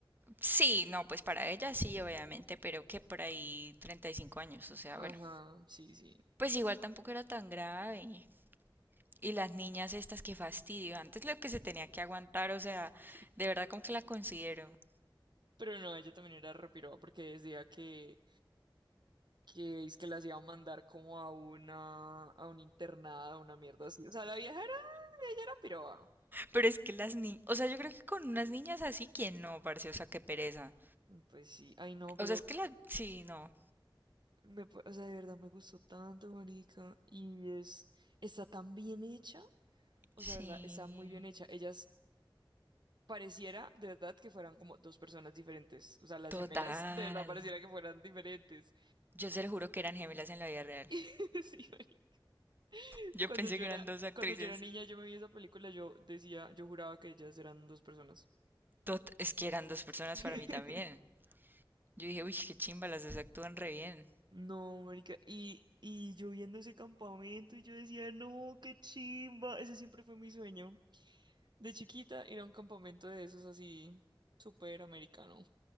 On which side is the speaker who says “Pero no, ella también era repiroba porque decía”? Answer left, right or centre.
Right